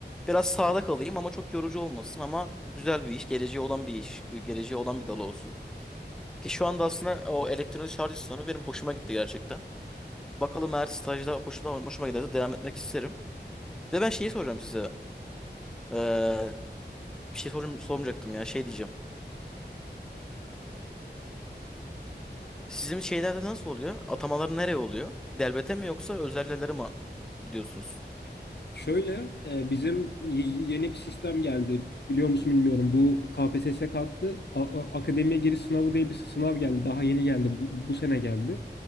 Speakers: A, in the centre; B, on the left (about 65°).
A: Biraz sağda kalayım ama çok yorucu olmasın ama güzel bir iş, geleceği olan bir iş, gü- geleceği olan bir dal olsun. Ki şu anda aslında o elektronik şarj istasyonu benim hoşuma gitti gerçekten. Bakalım eğer stajda hoşuma, hoşuma giderse devam etmek isterim. Bir De ben şeyi soracağım size. Ee, bir şey sorum, sormayacaktım ya şey diyeceğim. Sizin şeylerde nasıl oluyor? Atamalar nereye oluyor? Devlete mi yoksa özellere mi gidiyorsunuz?
B: Şöyle e, bizim y- yeni bir sistem geldi. Biliyor musun bilmiyorum. Bu KPSS kalktı. A- a- akademiye giriş sınavı diye bir sınav geldi. Daha yeni geldi. Bu, bu sene geldi.